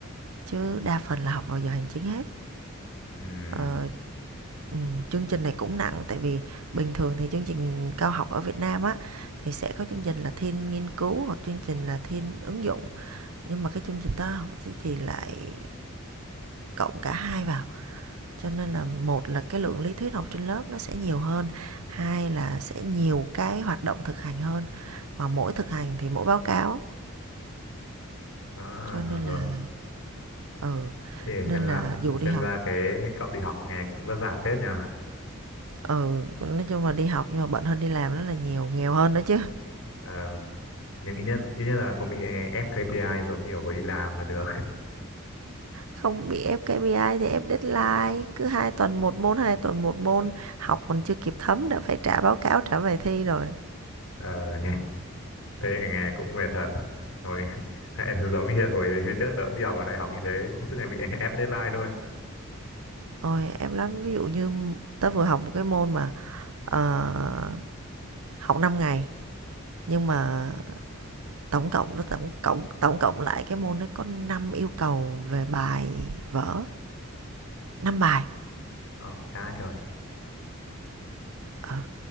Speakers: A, on the right (about 85°); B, on the left (about 70°).
A: chứ đa phần là học vào giờ hành chính hết
B: Ừm,
A: Ờ, ừm, chương trình này cũng nặng tại vì bình thường thì chương trình cao học ở Việt Nam á thì sẽ có chương trình là thiên nghiên cứu hoặc chương trình là thiên ứng dụng, nhưng mà cái chương trình toán học thì thì lại cộng cả hai vào. Cho nên là một là cái lượng lý thuyết học trên lớp nó sẽ nhiều hơn, hai là sẽ nhiều cái hoạt động thực hành hơn, mà mỗi thực hành thì mỗi báo cáo,
B: à,
A: cho nên
B: hiểu rồi.
A: là ừ,
B: Thì
A: nên
B: xem ra
A: là dù đi
B: xem
A: học
B: ra cái cậu đi học nghe cũng vất vả phết nhờ.
A: ừ, nói chung là đi học nhưng mà bận hơn đi làm rất là nhiều, nghèo hơn nữa chứ.
B: Ờ, nhưng ít nhất ít nhất là không bị ép KPI giống như kiểu hồi đi làm là được.
A: Không bị ép KPI thì ép deadline, cứ 2 tuần một môn, 2 tuần một môn, học còn chưa kịp thấm đã phải trả báo cáo, trả bài thi rồi.
B: Ờ, nghe thế nghe cũng mệt thật. Hồi <laughs> giống như hồi trước tớ cũng đi học ở đại học như thế cũng suốt ngày bị <laughs> ép deadline thôi.
A: Ôi em lắm, ví dụ như tớ vừa học một cái môn mà ờ, học năm ngày nhưng mà tổng cộng nó tổng cộng tổng cộng lại cái môn nó có 5 yêu cầu về bài vở, 5 bài.
B: Ồ, cha trời.
A: Ờ,